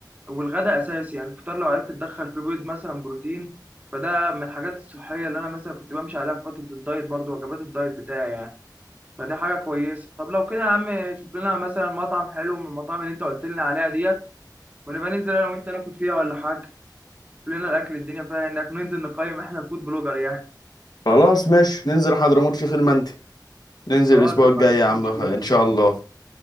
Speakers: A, on the right (about 20°); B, on the left (about 60°).
A: والغداء اساسي يعني الفطار لو عرفت تدخل فيه بيض مثلا بروتين فده من الحاجات الصحيه اللي انا مثلا كنت بمشي عليها في فتره الدايت برضو وجبات الدايت بتاعي يعني فدي حاجه كويسه طب لو كده يا عم شوف لنا مثلا مطعم حلو من المطاعم اللي انت قلت لنا عليها ديت ونبقى ننزل انا وانت ناكل فيها ولا حاجه شوف لنا الاكل الدنيا فيها إيه، انك ننزل نقيم احنا الفود بلوجر يعني
B: خلاص ماشي ننزل حضرموت شيخ المندي ننزل
A: خلاص
B: الاسبوع
A: انا
B: الجاي
A: ما عنديش
B: يا عم
A: مشكله
B: خ- ان شاء الله